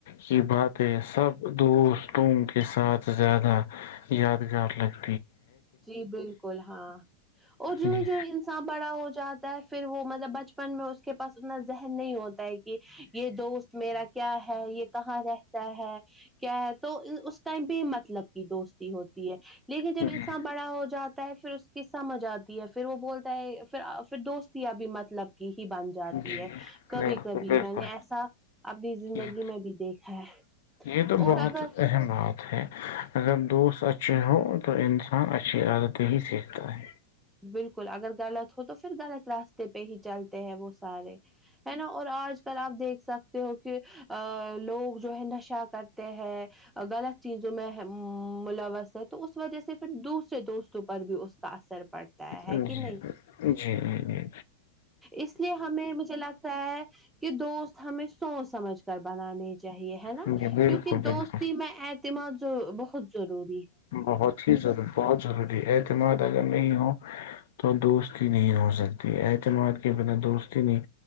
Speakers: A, on the left; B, in the centre.
A: کی باتیں سب دوستوں کے ساتھ زیادہ یادگار لگ
B: جی بالکل ہاں اور جو
A: جی
B: ہی جو انسان بڑا ہو جا ہے پھر وہ مطلب بچپن میں اس کے پاس اتنا ذہن نہیں ہوتا ہے کہ یہ دوست میرا کیا ہے یہ کہاں رہتا ہے کیا ہے تو اس ٹائم بھی مطلب دوستی ہوتی ہے لیکن
A: جی
B: جب کڑا ہو جاتا ہے پھر اس کی سمجھ آتی ہے پھر وہ بولتا ہے پھر پھر دوستیاں بھی مطلب ہی بن جاتی
A: جی
B: ہے کبھی
A: بالکل
B: کبھی
A: بالکل
B: میں نے ایسا اپنی زندگی
A: یہ
B: میں بھی دیکھا ہے
A: یہ تو بہت
B: اور اگر
A: اہم بات ہے اگر دوست اچھے ہو تو انسان اچھی عادتیں ہی سیکھتا ہے
B: بالکل اگر غلط ہو تو پھر غلط راستے پہ ہی چلتے ہیں وہ سارے ہے نا اور آج کل آپ دیکھ سکتے ہو کہ ا لوگ جو ہے نشا کرتے ہیں غلط چیز جو میں ملوث ہے تو اس وجہ سے پھر دوسرے دوستوں پر بھی اس کا اثر پڑتا ہے
A: جی
B: کہ نہیں
A: جی جی جی۔
B: اس لیے ہمیں مجھے لگتا ہے کہ دوست ہمیں سوچ سمجھ کر بنانے چاہیے ہے نا
A: جی بالکل
B: کیونکہ
A: بالکل
B: دوستی میں ما بہت ضرور
A: بہت ہی ضروری بہت ضروری ہے اعتماد اگر ہو تو دوستی نہیں ہو سکتی اعتماد کے بنا دوستی نہیں